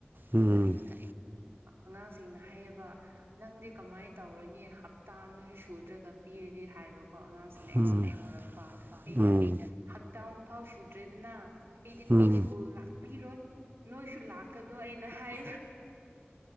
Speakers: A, on the right; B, on the right.
A: ꯎꯝ
B: ꯑꯗ ꯑꯩꯅ ꯑꯉꯥꯡꯁꯤꯡꯅ ꯍꯥꯏꯌꯦꯕ ꯅꯪꯗꯤ ꯀꯃꯥꯏꯅ ꯇꯧꯔꯅꯤ ꯍꯞꯇꯥ ꯑꯃꯁꯨ ꯁꯨꯗ꯭ꯔꯒ ꯄꯤꯔꯗꯤ ꯍꯥꯏꯕ ꯀꯣ ꯑꯉꯥꯡꯁꯤꯅ ꯑꯩꯉꯣꯟꯗ
A: ꯎꯝ ꯎꯝ
B: ꯍꯥꯡꯉꯛꯄ ꯑꯩꯅ
A: ꯎꯝ
B: ꯍꯞꯇꯥ ꯑꯃꯨ ꯐꯥꯎ ꯁꯨꯗ꯭ꯔꯦꯗꯅ ꯑꯩꯗꯤꯀꯣ
A: ꯎꯝ
B: ꯁ꯭ꯀꯨꯜ ꯂꯥꯛꯄꯤꯔꯣꯏ ꯅꯣꯏꯁꯨ ꯂꯥꯛ ꯀꯩꯅꯣ ꯑꯩꯅ ꯍꯥꯏ